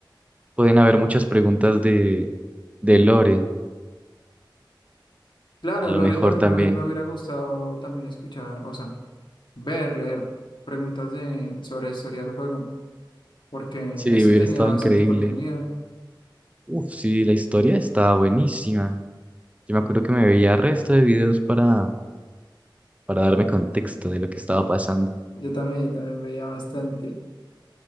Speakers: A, on the right (about 15°); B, on the left (about 70°).
A: pueden haber muchas preguntas de, de Lore.
B: Claro,
A: A lo
B: Lore
A: mejor
B: también
A: también.
B: me hubiera, me hubiera gustado también escuchar, o sea, ver, leer preguntas de, sobre la historia del juego, porque
A: Sí,
B: este
A: hubiera
B: tenía
A: estado
B: bastante
A: increíble.
B: contenido.
A: Uf, sí, la historia está buenísima. Yo me acuerdo que me veía resto de videos para para darme contexto de lo que estaba pasando.
B: Yo también, yo también veía bastante.